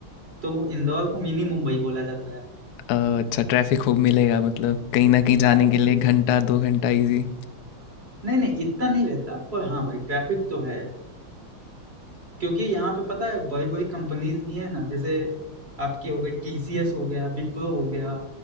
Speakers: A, on the right (about 30°); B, on the left (about 70°).
A: तो इंदौर को मिनी मुंबई बोला जाता है
B: अ, अच्छा ट्रैफिक खूब मिलेगा मतलब कहीं ना कहीं
A: ट्रैफिक
B: जाने के लिए
A: खूब
B: घंटा दो घंटा इजी
A: नहीं नहीं इतना नहीं रहता पर हाँ भाई ट्रैफिक तो है क्योंकि यहाँ पे पता है बड़ी बड़ी कंपनीज भी है ना जैसे आपकी हो गई टीसीएस हो गया विप्रो हो गया